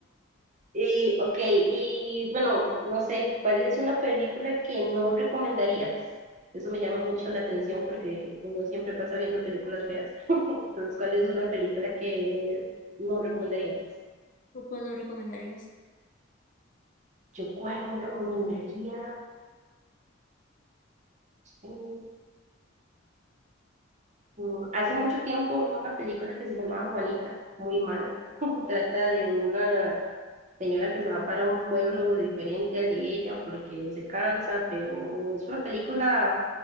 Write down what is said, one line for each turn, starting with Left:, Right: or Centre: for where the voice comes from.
Right: Y, ok, y bueno, no sé, ¿cuál es una película que no recomendarías? Eso me llama mucho la atención porque uno siempre pasa viendo películas feas. Entonces, ¿cuál es una película que no recomendarías?
Left: ¿Tú cuál nos recomendarías?
Right: Yo, ¿cuál no recomendaría? Mm, mm, Hace mucho tiempo vi una película que se llamaba Juanita, muy mala. <laughs> Trata de una señora que se va para un pueblo diferente al de ella porque se cansa, pero es una película